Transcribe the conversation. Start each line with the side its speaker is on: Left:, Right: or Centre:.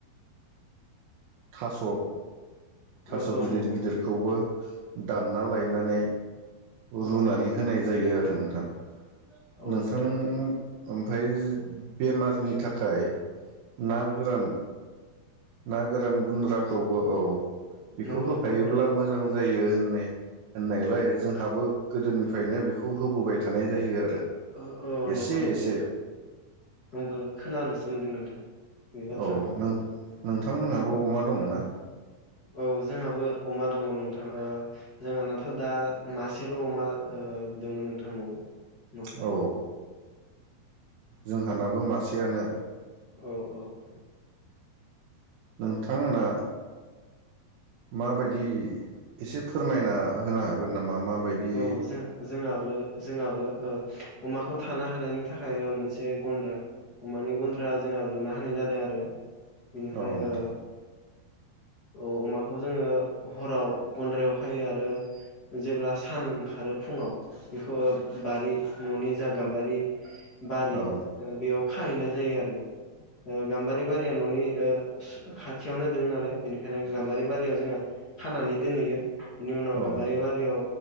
Right: थास थास
Left: औ औ
Right: गिदिर
Left: नंगौ
Right: गिदिरखौबो
Left: नंगौ
Right: दानना लायनानै
Left: औ
Right: रुनानै
Left: औ
Right: होनाय जायो आरो ना नोंथां।
Left: औ औ
Right: नोंथाङा
Left: नोंथां
Right: ओमफ्राय बेमारनि थाखाय ना गोरान ना गोरान गुन्द्राखौबो औ बेखौ
Left: नंगौ नंगौ
Right: होफायोब्ला
Left: खोना
Right: मोजां
Left: खोना
Right: जायो होननाय होननायलाय
Left: औ
Right: जोंहाबो गोदोनिफ्रायनो बेखौ बेखौ होबोबाय थानाय जायो आरो।
Left: औ
Right: एसे
Left: नंगौ नंगौ
Right: एसे
Left: नोंथां आंबो खोनानोसो मोनदों नोंथां। बे बाथ्राखौ
Right: औ नों नोंथांमोनहाबो अमा दं ना?
Left: औ जोंहाबो अमा दङ नोंथां ओ जोंहा नाथ दा मासेल अमा दङो नोंथां नआव। न'खराव
Right: औ। जोंहानाबो मासेयानो।
Left: औ औ औ।
Right: नोंथांमोना माबायदि बिदि एसे फोरमायना होनो हागोन नामा? मा मा बायदि
Left: औ जों जोंहाबो जोंहाबो ओ अमाखौ थानो हानायनि थाखाय मोनसे गन्द्रा अमानि गन्द्रा जोंहा लुना होनाय जादों आरो। बेनिफ्राय
Right: औ नोंथां
Left: ओ ओ अमाखौ जोङो हराव गन्द्रायाव खायो आरो जेब्ला सान ओंखारो फुङाव बेखौ बारि न'नि जा गाम्बारि बारि
Right: औ
Left: ओ बेयाव खाहैनाय जायो आरो ओ गाम्बारि बारिया न'नि ओ खाथियावनो दोङो नालाय बेनो बेखायनो गाम्बारि बारियाव जोंहा खानानै दोनहैयो । बेनि उनाव
Right: औ
Left: गाम्बारि
Right: नोंथां
Left: बारियाव